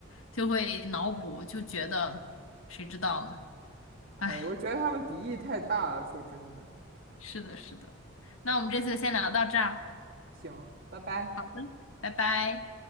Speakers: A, on the left; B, on the right.
A: 就会脑补，就觉得谁知道呢？
B: 哎，
A: 哎，
B: 我觉得他们敌意太大了，说真的。
A: 是的，是的。那我们这次先聊到这儿，
B: 行，拜拜。
A: 好的，拜拜。